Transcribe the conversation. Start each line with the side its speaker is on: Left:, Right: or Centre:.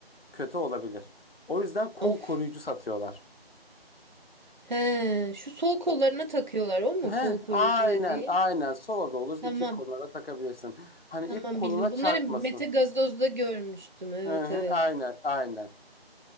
Left: kötü olabilir. O yüzden kol
Right: Of.
Left: koruyucu satıyorlar.
Right: He, şu sol kollarına
Left: O,
Right: takıyorlar o mu
Left: heh,
Right: kol koruyucu
Left: aynen
Right: dediğin?
Left: aynen sola da olur
Right: Tamam.
Left: iki koluna da takabilirsin. Hani
Right: Tamam
Left: ip koluna
Right: bildim. Bunları
Left: çarpmasın.
Right: Mete Gazoz'da görmüştüm. Evet,
Left: Hı hı,
Right: evet.
Left: aynen aynen.